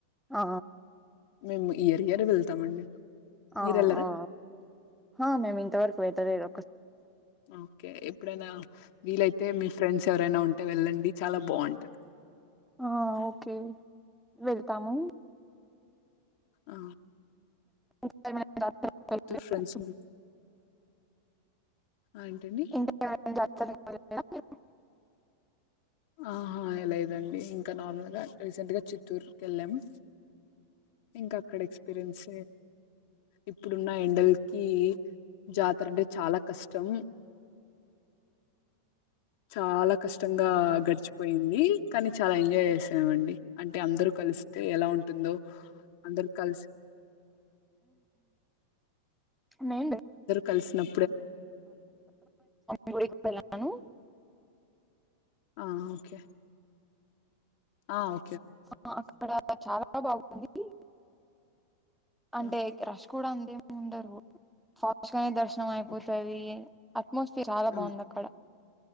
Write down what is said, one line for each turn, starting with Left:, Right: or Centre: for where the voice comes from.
Centre: ఆ
Left: మేము ఇయరియర్ వెళ్తామండి
Centre: ఆ
Left: మీరు వెళ్ళరా
Centre: ఆ ఆ మేమ్ ఇంతవరకు వెళ్తలేదు
Left: ఓకే ఇప్పుడైనా వీలైతే మీ ఫ్రెండ్స్ ఎవరైనా ఉంటే వెళ్ళండి చాలా బాగుంటది.
Centre: ఆ ఓకే వెళ్తాము
Left: అ
Centre: <unintelligible>
Left: ఫ్రెండ్స్ ఉం
Centre: <unintelligible>
Left: ఆ ఏంటండి ఆహా లేదండి ఇంకా నార్మల్ గా రీసెంట్ గా చిత్తూరుకి వెళ్ళాము. ఇంకా అక్కడ ఎక్స్పీరియన్స్ ఇప్పుడున్న ఎండలకి జాతర అంటే చాలా కష్టం. చాలా కష్టంగా గడిచిపోయింది కానీ చాలా ఎంజాయ్ చేసామండి అంటే అందరూ కలిస్తే ఎలా ఉంటుందో. కల్స్
Centre: నే <inaudible>
Left: కలిసినాం
Centre: <inaudible> గుడికి పోయిన్నాను.
Left: ఆ ఓకే! ఆ ఓ
Centre: ఆ అక్కడ చాలా బాగుంది అంటే
Left: ఆ
Centre: క్రాష్ కూడా అంతా ఏమి ఉండరు ఫాస్ట్ గానే దర్శనం ర్శనం అయిపోతాది
Left: ఓకే
Centre: అ మోసి చాలా బాగుంది
Left: ఆ
Centre: అక్కడ